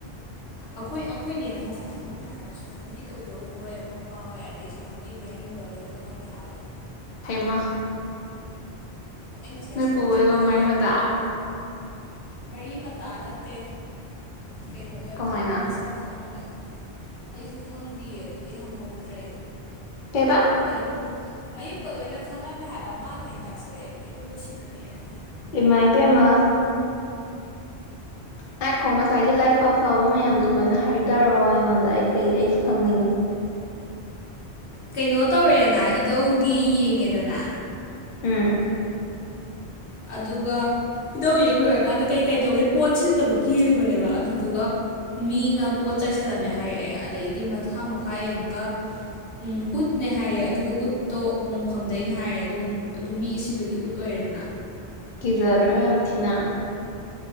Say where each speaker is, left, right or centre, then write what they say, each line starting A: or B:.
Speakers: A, on the left; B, on the left.
A: ꯑꯩꯈꯣꯏ ꯑꯩꯈꯣꯏꯅꯦꯅ ꯃꯁꯛ ꯈꯪꯉꯝꯃꯦ ꯍꯥꯏꯕ ꯁꯣꯟꯒꯤ ꯇꯧꯗꯧꯍ‌ꯣꯏ ꯃꯄꯥꯍ‌ꯣꯏ ꯑꯗꯒꯤ ꯁꯣꯟꯒꯤ ꯃꯌꯨꯝ ꯒ ꯂꯣꯏ ꯈꯪꯉꯝꯃꯦ ꯍꯥꯏꯕ
B: ꯍꯩꯃ
A: ꯑꯩ ꯉꯁꯥꯏ
B: ꯅꯨꯣꯏꯄꯨ
A: ꯁꯣꯛ
B: ꯑꯣꯏꯕ
A: ꯆꯠꯂꯤꯅꯦ
B: ꯃꯔꯤ
A: ꯀꯩꯅꯣ
B: ꯃꯇꯥ
A: ꯃꯔꯤ ꯃꯇꯥ ꯅꯠꯇꯦ ꯀꯩꯅꯣ ꯑꯣꯏꯕ
B: ꯀꯃꯥꯏꯅ
A: ꯃꯁꯛ ꯈꯪꯕ ꯑꯩꯁꯨ ꯈꯪꯗꯦꯌꯦ ꯑꯗꯨꯗꯤ ꯍꯪꯍꯧꯗ꯭ꯔꯦ
B: ꯀꯕ
A: ꯃꯌꯨꯝ ꯃꯌꯨꯝꯒ ꯂꯣꯏꯅ ꯈꯪꯂꯝꯝꯃꯦ ꯍꯥꯏꯕ ꯃꯥꯅ ꯑꯣꯏꯅ ꯇꯛꯁꯂꯛꯑꯦ ꯃꯌꯨꯝꯗ ꯁꯤꯗꯅꯦ ꯑꯗꯨꯒ
B: ꯏꯃ ꯏ ꯄꯃ ꯍꯥꯏꯈꯣ ꯉꯁꯥꯏꯒꯤ ꯂꯥꯏꯐ ꯐꯕ ꯃꯌꯥꯝꯗꯣ ꯂꯣꯏꯅ ꯍꯥꯏ ꯇꯔꯑꯣ ꯑꯩꯉꯣꯟꯗ ꯑꯩ ꯀ ꯑꯩꯁꯨ ꯈꯪꯅꯤꯡꯉꯤ
A: ꯀꯩꯅꯣ ꯇꯧꯔꯦꯅ ꯏꯙꯧꯒꯤ ꯌꯦꯡꯉꯦꯗꯅ
B: ꯎꯝ
A: ꯑꯗꯨꯗꯨꯒ ꯏꯙꯧ ꯌꯦꯡ ꯂꯣꯏꯔꯀꯥꯟꯗ ꯀꯩꯀꯩ ꯇꯧꯒꯦ ꯄꯣꯠ ꯁꯤꯠꯇꯕꯀꯤ ꯌꯦꯡꯕꯅꯦꯕ ꯑꯗꯨꯗꯨꯒ ꯃꯤꯅ ꯄꯣꯠ ꯆꯥꯏꯁꯜꯂꯝꯃꯦ ꯍꯥꯏꯔꯛꯑꯦ ꯑꯗꯩꯗꯤ ꯃꯈꯥ ꯃꯈꯥ ꯌꯦꯡꯉꯒ ꯎꯝ ꯎꯠꯅꯦ ꯍꯥꯏꯌꯦ ꯑꯗꯨꯒ ꯎꯠꯇꯣ ꯃꯣꯡꯐꯝꯗꯩꯅ ꯍꯥꯏꯌꯦ ꯑꯗꯨꯒ ꯑꯗꯨꯝ ꯃꯤ ꯁꯤꯕꯒꯤ ꯎꯠ ꯑꯣꯏꯔꯦ ꯑꯗꯨꯅ
B: ꯀꯤꯖꯗ꯭ꯔꯣ ꯌꯥꯝ ꯊꯤꯅ